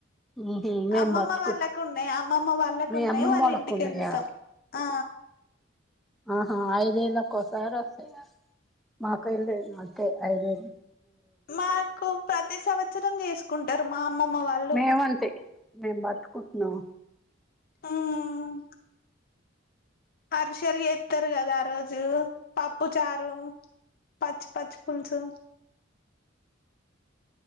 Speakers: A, in the centre; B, on the left.
A: ఉహు మేం
B: అమ్మమ్మ
A: పట్టుకు
B: వాళ్ళకు ఉన్నాయి అమ్మమ్మ వాళ్ళకు
A: మీ
B: ఉన్నాయి
A: అమ్మమ్మోళ్ళకు
B: వాళ్ళ ఇంటికి
A: ఉన్నాయా
B: వెళతాం ఆ
A: ఆహా ఐదేల ఒక్కసారి హస్తయా ఆహా మాక్క ఇల్ అత్తే ఐదేల
B: మాకు ప్రతి సంవత్సరం చేసుకుంటారు మా అమ్మమ్మ వాళ్ళు
A: మేమంతే మేము బతుకుంటున్నాం
B: ఉమ్ అరిసెల్లు ఎస్తారు కదా ఆ రోజు పప్పు చారు పచ్చి పచ్చి పులుసు